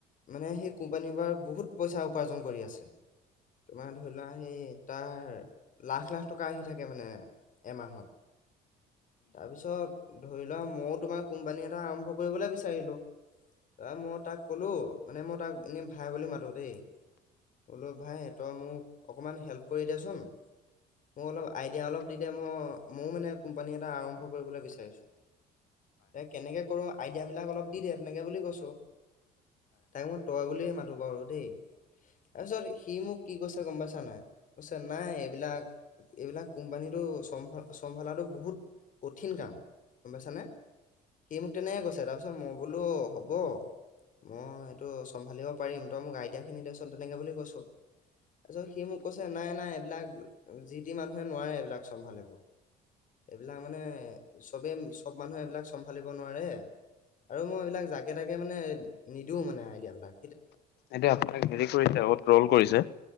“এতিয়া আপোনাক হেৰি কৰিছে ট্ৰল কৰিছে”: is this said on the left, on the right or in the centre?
Left